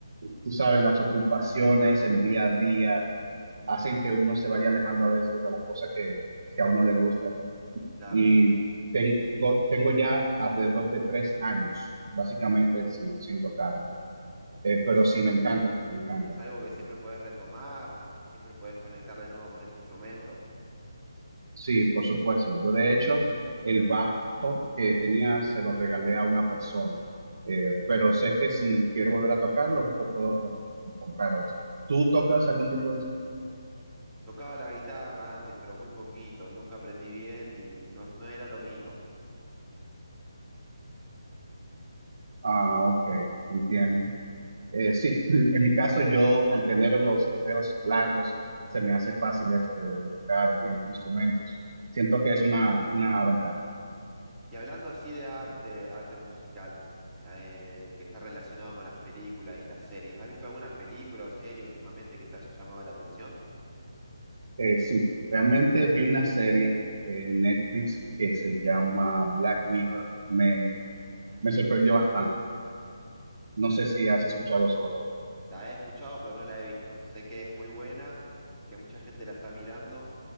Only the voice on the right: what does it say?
tú sabes, las ocupaciones, el día a día, hacen que uno se vaya alejando a veces de las cosas que, que a uno le gusta.
Y tengo, tengo ya alrededor de tres años, básicamente, sin, sin tocarlo. Eh,
pero
sí, me encanta, me encanta.
Sí, por supuesto. Yo, de hecho, el bajo que tenía se lo regalé a una persona. Eh, pero sé que si quiero volver a tocarlo, po- puedo co- comprar otro. ¿Tú tocas algún tipo de... instru-
Ah, ok, entiendo. Eh, sí, <laughs> en mi caso yo al tener los, los dedos largos se me hace fácil eso de, de tocar eh, instrumentos. Siento que es una, una ventaja.
Eh, sí, realmente vi una serie en Netflix que se llama Black Mirror. Me, me sorprendió bastante. No
sé si has escuchado sobre ella.